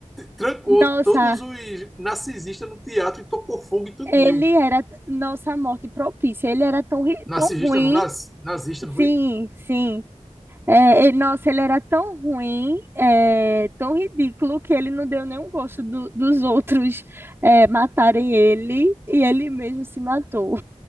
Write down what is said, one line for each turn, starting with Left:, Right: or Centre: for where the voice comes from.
Centre: trancou
Right: Nossa,
Centre: todos os narcisistas no teatro e tocou fogo e tudinho.
Right: ele era. Nossa, morte propícia. Ele era tão, ri-
Centre: Narcisista
Right: tão ruim.
Centre: não, naz, nazista, não
Right: Sim,
Centre: foi?
Right: sim. É, ele- nossa, ele era tão ruim, é, tão ridículo, que ele não deu nenhum gosto do- dos outros, é, matarem ele e ele mesmo se matou.